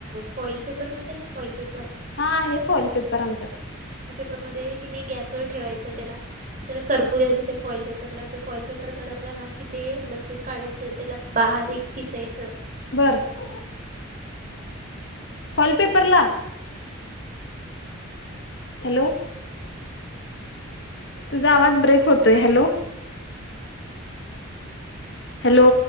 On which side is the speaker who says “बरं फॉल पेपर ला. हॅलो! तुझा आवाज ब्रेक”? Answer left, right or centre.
Left